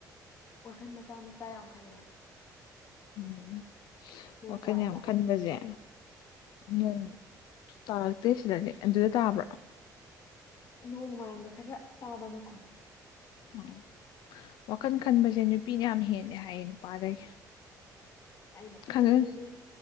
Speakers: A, on the left; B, on the left.
A: ꯋꯥꯈꯟ ꯃꯆꯥ ꯃꯆꯥ ꯌꯥꯝ ꯈꯜꯂꯦ
B: ꯎꯝ
A: ꯅꯣꯡ
B: ꯋꯥꯈꯜ
A: ꯇꯥꯗ꯭ꯔꯣ
B: ꯌꯥꯝ ꯈꯟꯕꯁꯦ ꯅꯣꯡ ꯇꯥꯔꯛꯇꯦ ꯁꯤꯗꯗꯤ ꯑꯗꯨꯗ ꯇꯥꯕ꯭ꯔꯥ
A: ꯅꯣꯡ ꯃꯥꯟꯕ ꯈꯔ ꯇꯥꯕ ꯃꯈꯣꯟ
B: ꯑꯣ ꯋꯥꯈꯜ ꯈꯟꯕꯁꯦ ꯅꯨꯄꯤꯅ ꯌꯥꯝ ꯍꯦꯜꯂꯦ ꯍꯥꯏꯌꯦ ꯅꯨꯄꯥꯗꯒꯤ
A: ꯑꯩꯅ ꯈꯜꯂꯤꯁꯤꯗꯤ
B: ꯈꯪꯗꯦ